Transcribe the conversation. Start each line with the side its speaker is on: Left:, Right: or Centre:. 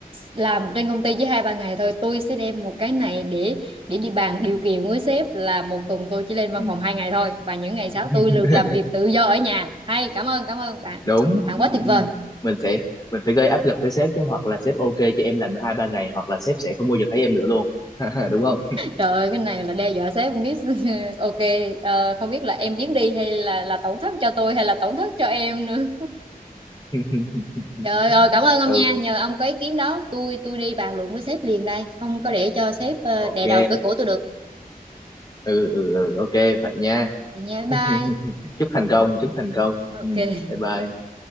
Right: làm trên công ty chỉ hai ba ngày thôi tôi sẽ đem một cái này để để đi bàn điều kiện với sếp là một tuần tôi chỉ lên văn
Left: Ừ.
Right: phòng hai ngày thôi và những ngày sau
Left: <laughs>
Right: tôi được làm việc tự do ở nhà hay cảm ơn cảm ơn bạn
Left: đúng
Right: bạn
Left: ừ,
Right: quá tuyệt
Left: ừ.
Right: vời
Left: mình sẽ mình phải gây áp lực với sếp chứ hoặc là sếp ok cho em làm hai ba ngày hoặc là sếp sẽ không bao giờ thấy em nữa luôn <laughs> đúng không
Right: trời ơi cái này là đe dọa sếp không biết <laughs> ok ờ, không biết là em biến đi hay là là tổn thất cho tôi hay là tổn thất cho em nữa
Left: <laughs>
Right: Trời ơi, cảm ơn ông
Left: ừ
Right: nha. Nhờ ông có ý kiến đó, tôi tôi đi bàn luận với sếp liền đây, không có để cho sếp ờ,
Left: ok
Right: đè đầu cửa cổ tôi được.
Left: ừ ừ ừ ok vậy nha
Right: Vậy nha, bye
Left: <laughs>
Right: bye.
Left: chúc thành công chúc thành công
Right: Ok.
Left: ừ. bye bye